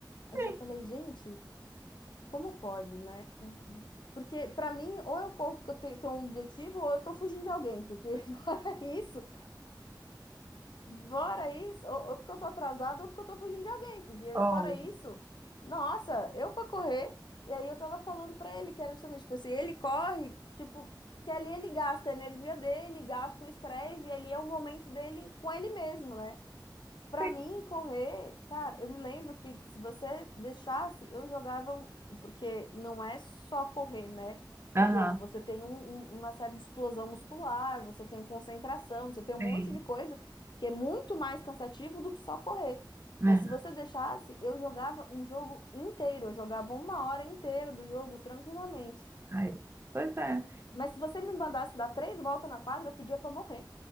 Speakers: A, on the left; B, on the right.
A: Aí
B: Sim.
A: eu falei, gente, como pode, né? Porque pra mim, ou eu corro porque eu tenho, tenho um objetivo, ou eu tô fugindo de alguém, porque <laughs> fora isso, Fora isso, ou, ou porque eu tô atrasada, ou porque eu tô fugindo de alguém. Porque,
B: Oh,
A: fora isso, nossa, eu pra correr. E aí eu tava falando pra ele que era justamente, tipo assim, ele corre, tipo, que ali ele gasta a energia dele, gasta o estresse, e ali é o momento dele com ele mesmo, né? Pra
B: sim.
A: mim, correr, cara, eu me lembro que se você deixasse, eu jogava um, porque não é só correr, né? O
B: Aham,
A: jogo, você tem um- um- uma série de explosão muscular, você tem concentração, você tem um monte
B: sim.
A: de coisa que é muito mais cansativo do que só correr. Mas
B: É.
A: se você deixasse, eu jogava um jogo inteiro, eu jogava uma hora inteira do jogo tranquilamente.
B: Aí. Pois é.
A: Mas se você me mandasse dar três voltas na quadra, eu pedia pra morrer.